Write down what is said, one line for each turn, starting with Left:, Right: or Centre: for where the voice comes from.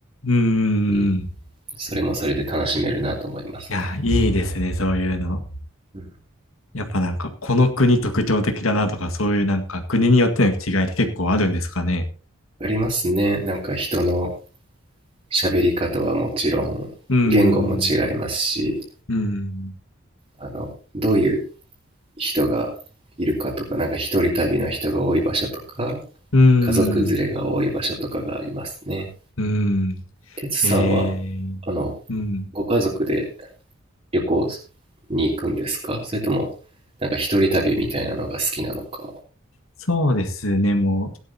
Left: うん。
Right: うん、
Left: い
Right: それもそれで楽しめるなと思いますね。
Left: や、いいですね。そういうの。
Right: うん
Left: やっぱなんか、この国特徴的だなとか、そういうなんか国によっての違いって結構あるんですかね。
Right: ありますねなんか人の喋り方はもちろん言語も違いますし
Left: うん、うん、
Right: あのどういう人がいるかとかなんか一人旅の人が多い場所とか
Left: うん。
Right: 家族連れが多い場所とかがありますね。
Left: うん。
Right: てつさんは
Left: へえ
Right: あの
Left: うん。
Right: ご家族で旅行に行くんですかそれともなんか一人旅みたいなのが好きなのか
Left: そうですね、もう、